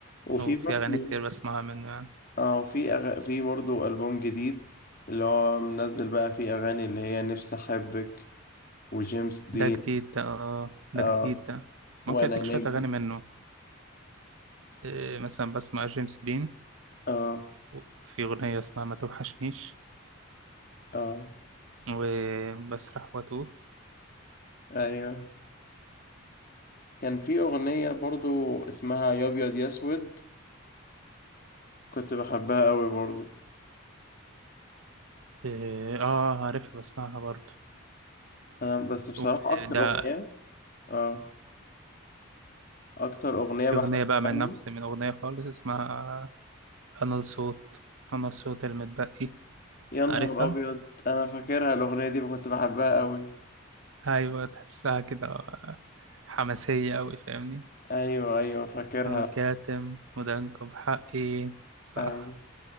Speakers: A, on the left; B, on the right.
A: وفي
B: وفي
A: برضه
B: اغاني كتير بسمعها منه يعني
A: اه في أغ... في برضه ألبوم جديد اللي هو منزل بقى فيه أغاني اللي هي نفسي أحبك وجيمس دين
B: ده جديد ده اه ده
A: اه
B: جديد ده ممكن
A: وأنا
B: اديك
A: نجم
B: شويه اغاني منه إيه مثلا بسمع جيمس دين
A: اه
B: وفي اغنيه اسمها ما توحشنيش
A: اه
B: وبسرح واتوه
A: أيوه كان في أغنية برضو اسمها يا أبيض يا أسود كنت بحبها قوي برضو
B: إيه، اه عارفها بسمعها برضه
A: أنا بس بصراحة
B: وده
A: أكتر أغنية آه أكتر أغنية
B: في
A: بحبها
B: اغنيه بقى من
A: لهم
B: نفس من اغنيه خالص اسمها انا الصوت انا الصوت المتبقي
A: يا نهار
B: عارفها
A: أبيض أنا فاكرها الأغنية دي كنت بحبها قوي
B: ايوه تحسها كده حماسية أوي فاهمني
A: أيوه أيوه فاكرها
B: وكاتم ودانكو بحقي صح
A: أيوه